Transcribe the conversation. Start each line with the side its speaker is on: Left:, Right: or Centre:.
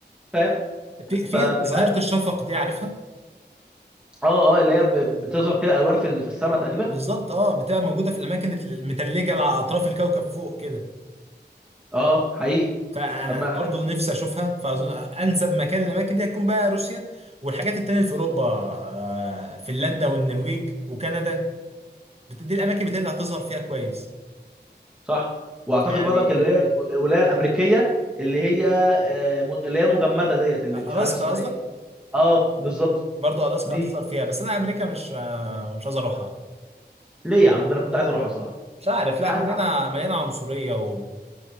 Centre: فاهم
Right: في في
Centre: فمش
Right: ظاهرة
Centre: عارف
Right: الشفق دي عارفها
Centre: اه اه اللي هي ب- بتظهر كده الوان في في السماء تقريبا
Right: بالظبط اه بتبقى موجودة في الأماكن المتلجة على أطراف الكوكب فوق كده
Centre: اه حقيقي
Right: فأنا
Centre: طب ما
Right: برضو نفسي أشوفها فأظن أنسب مكان للأماكن دي هتكون بقى روسيا والحاجات التانية اللي في أوروبا آه فنلندا والنرويج وكندا بت- دي الأماكن بتاعتي اللي هتظهر فيها كويس
Centre: صح واعتقد
Right: يعني
Centre: برضك اللي هي ال- الولايه الامريكيه اللي هي آه، م- اللي هي المجمده ديت اللي
Right: ألاسكا
Centre: مش عارف اسمها
Right: قصدك
Centre: ايه كده اه بالظبط
Right: برضه الاسكا
Centre: دي
Right: هتظهر فيها بس انا امريكا مش آه، مش عايز اروحها
Centre: ليه يا عم ده انا كنت عايز اروحها بصراحه
Right: مش عارف
Centre: ح-
Right: لا مليانه مليانه عنصريه ومش